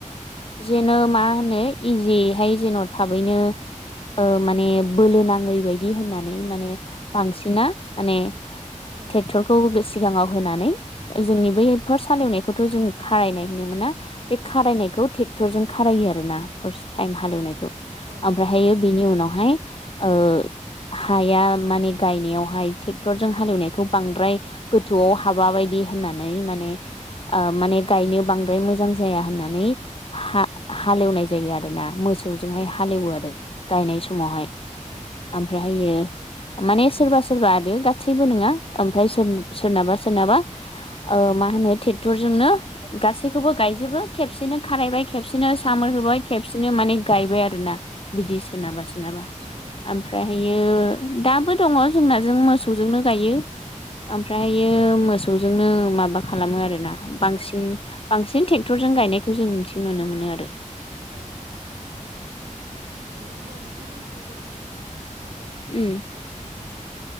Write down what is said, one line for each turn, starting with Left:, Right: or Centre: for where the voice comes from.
Left: जेन' मा होनो इजिहाय जेन' थाबैनो अ माने बो लोनाङै बायदि होननानै माने बांसिना माने
Right: औ
Left: ट्रेक्टरखौ सिगाङाव होनानै जोंनि बै फोरस हालेवनायखौथ' जों खारायनाय होननो मोना बे खारायनाय खौ टेक्टर जों खारायो आरोना फरस ताइम हालेवनायखौ
Right: औ अ
Left: अमफ्रायायो बेनि उनाव हाय अ हाया माने गायनायावहाय ट्रेक्टरजों हालेवनायखौ बांद्राय गोथौआव हाबा बायदि दि होननानै माने ओ माने गायनो बांद्राय मोजां जाया होननानै हा हालेवनाय जायो आरोना मोस मोसौजोंहाय
Right: अ
Left: हालेवो आरो गायनाय समावहाय
Right: अ
Left: ओमफ्रायहायो माने सोरबा सोरबा आरो गासैबो नङा ओमफ्राय सो सोरनाबा सोरनाबा ओ मा होनो ट्रेक्टरजोंनो गासैखौबो गायजोबो खेबसेनो खारायबाय खेबसेनो सामोर होबाय खेबसेनो माने गायबाय आरो ना बिदि सोरनाबा सो नाबा
Right: अ
Left: ओमफ्रायहायो दाबो दङ जोंनाजों मोसौजोंनो गायो। ओमफ्रायो मोसौजोंनो माबा खालामो आरोना। बांसिन
Right: अ
Left: बांसिन ट्रेक्टरजों गायनायखौ जों निथिं नुनो मोनो आरो।
Right: अ। औ होमबा नोंथांमोननि साइदावहाय ओ
Left: उम
Right: माइखौ जेनेबा